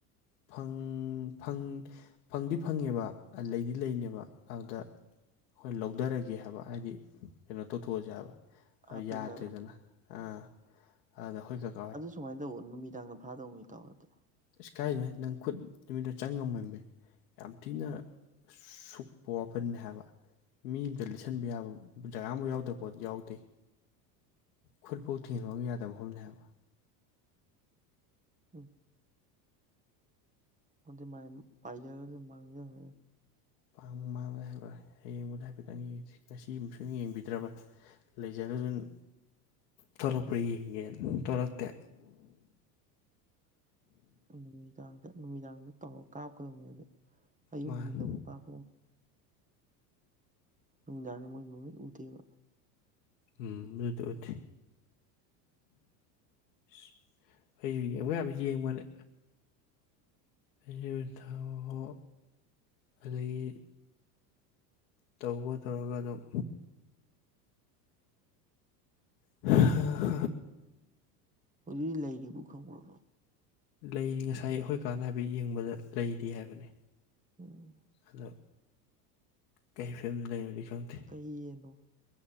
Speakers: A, on the left (about 80°); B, on the right (about 15°).
A: ꯐꯪ ꯐꯡ ꯐꯪꯗꯤ ꯐꯪꯉꯦꯕ ꯂꯩꯗꯤ ꯂꯩꯅꯦꯕ ꯑꯗꯨꯗ ꯑꯩꯈꯣꯏ ꯂꯧꯊꯔꯒꯦ ꯍꯥꯏꯕ ꯍꯥꯏꯗꯤ ꯀꯩꯅꯣ ꯇꯧꯊꯣꯛꯑꯁꯦ ꯍꯥꯏꯕ
B: ꯍꯥꯠꯇꯣꯛꯈ꯭ꯔꯦ
A: ꯌꯥꯗ꯭ꯔꯦꯗꯅ
B: ꯍꯥꯏꯕ
A: ꯑꯥ ꯑꯗꯨꯗ ꯑꯩꯈꯣꯏ ꯀꯥꯛ
B: ꯑꯗꯨ ꯁꯨꯃꯥꯏꯅ ꯇꯧꯑꯣ ꯅꯨꯃꯤꯗꯥꯡꯗ ꯐꯥꯗꯧꯅꯤ ꯏꯇꯥꯎ ꯑꯗꯨꯗꯤ
A: ꯏꯁ ꯀꯥꯏꯗꯩꯅꯣꯍꯦ ꯅꯪ ꯈꯨꯠ ꯅꯨꯃꯤꯠꯇ ꯆꯪ ꯉꯝꯃꯣꯏꯃꯦ ꯌꯥꯝ ꯊꯤꯅ ꯁꯨꯛꯄ ꯋꯥꯄꯜꯅꯤ ꯍꯥꯏꯕ ꯃꯤ ꯑꯝꯇ ꯂꯤꯠꯁꯟꯕ ꯌꯥꯕ ꯖꯒꯥ ꯑꯃꯥꯎ ꯌꯥꯎꯗꯕ ꯄꯣꯠ ꯌꯥꯎꯗꯦ ꯈꯨꯠꯐꯥꯎ ꯊꯤꯡꯖꯟꯕ ꯌꯥꯗꯕ ꯝꯐꯝꯅꯦ ꯍꯥꯏꯕ
B: ꯎꯝ ꯃꯗꯨꯗꯤ ꯃꯥꯤ ꯄꯥꯏꯖꯒ꯭ꯔ꯭ꯖꯅꯨ ꯃꯥꯥꯡꯖꯒ꯭ꯔꯥꯖꯅꯨ
A: ꯃꯥꯡ ꯃꯥꯡꯕ ꯌꯥꯍꯜꯂꯣꯏ ꯍꯌꯦꯡꯕꯨꯗꯤ ꯍꯥꯏꯐꯦꯠꯇꯪ ꯌꯦꯡꯁꯤ ꯉꯁꯤꯃꯥ ꯁꯨꯡꯌꯦꯡ ꯌꯦꯡꯕꯤꯗ꯭ꯔꯕꯅꯤ ꯂꯩꯖꯔꯖꯅꯨ ꯊꯣꯛꯂꯛꯄ꯭ꯔꯥ ꯌꯦꯡꯒꯦꯅꯥ ꯊꯣꯛꯂꯛꯇꯦ
B: ꯅꯨꯃꯤꯗꯥꯡꯗ ꯅꯨꯃꯤꯗꯥꯡꯗ ꯇꯧꯔ ꯀꯥꯞꯀꯗꯕꯅꯦ ꯑꯌꯨꯛ
A: ꯃꯥꯅ
B: ꯅꯨꯗꯤꯟꯗꯕꯨ ꯀꯥꯞ ꯅꯨꯡꯗꯥꯡꯗꯤ ꯃꯣꯏ ꯃꯃꯤꯠ ꯎꯗꯦꯕ
A: ꯎꯝ ꯑꯗꯨꯗꯗꯤ ꯎꯗꯦ ꯏꯁ ꯑꯩ ꯌꯦꯡꯕ ꯌꯕꯥ ꯌꯦꯡꯕꯅꯦ ꯌꯨ ꯊꯛꯑꯣ ꯑꯗꯒꯤ ꯇꯧꯕ ꯇꯧꯔꯒ ꯑꯗꯨꯝ ꯑ
B: ꯍꯧꯖꯤꯛ ꯂꯩꯔꯤꯕꯨ ꯈꯪꯕ꯭ꯔꯣ
A: ꯂꯩꯔꯤ ꯉꯁꯥꯏ ꯑꯩꯈꯣꯏ ꯀꯥꯅ ꯍꯥꯏꯐꯦꯠ ꯌꯦꯡꯕꯗ ꯂꯩꯔꯤ ꯍꯥꯏꯕꯅꯦ
B: ꯎꯝ
A: ꯑꯗꯣ ꯀꯩ ꯐꯤꯕꯝꯗ ꯂꯩꯕꯅꯣꯗꯤ ꯈꯪꯗꯦ
B: ꯀꯩ ꯌꯦꯟꯅꯣ